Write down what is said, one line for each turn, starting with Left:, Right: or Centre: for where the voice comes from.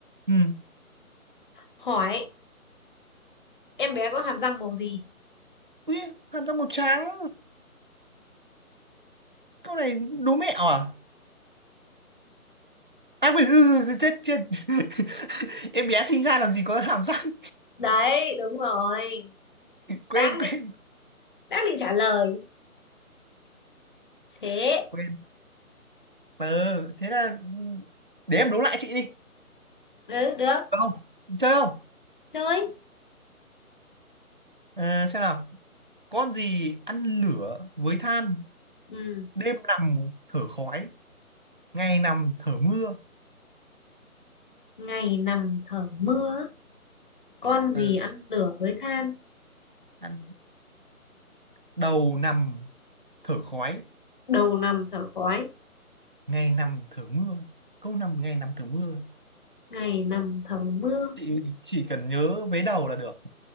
Right: ừ
Left: hỏi em bé có hàm răng màu gì
Right: Ui, hàm răng màu trắng câu này đố mẹo à À quên, <laughs> chết chết <laughs> em bé sinh ra làm gì có hàm răng
Left: đấy đúng rồi
Right: quên
Left: đang
Right: quên
Left: định đang định trả lời thế
Right: quên ừ, thế là ừ, để em đố lại chị đi
Left: ừ được
Right: Được không chơi không
Left: chơi
Right: Ờ, xem nào con gì ăn lửa với than
Left: ừ
Right: đêm nằm thở khói ngày nằm thở mưa
Left: ngày nằm thở mưa con gì
Right: ừ,
Left: ăn lửa với than
Right: ăn đầu nằm thở khói
Left: đầu nằm thở khói
Right: ngày nằm thở mưa câu nằm ngày nằm thở mưa
Left: ngày nằm thở mưa
Right: chị chỉ cần nhớ vế đầu là được